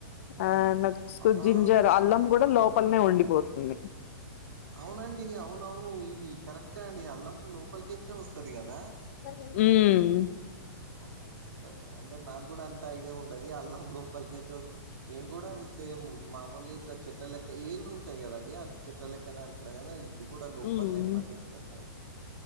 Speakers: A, on the left; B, on the right.
A: అ నెక్స్ట్
B: ఆ
A: జింజర్ అల్లం కూడా లోపలనే ఉండిపోతుంది
B: అవునండి అవునవును ఇది కరెక్ క్టే అండి అల్లం లోపలికేంచే వస్తది కదా
A: మ్
B: అవును ఇప్పడు అంటే నాకు కూడా అంత ఐడియా ఉండది అల్లం లోపలికేచ్ వస్ నేను కూడా అది సేమ్ మామూలుగా ఇట్లా చెట్ల లెక్క ఏర్లు ఉంటాయి కదండి అది చెట్ల లెక్క అని అనుకున్నా కదా ఇది కూడా లోపల్నే
A: హ్మ్
B: పండిస్తారు కరెక్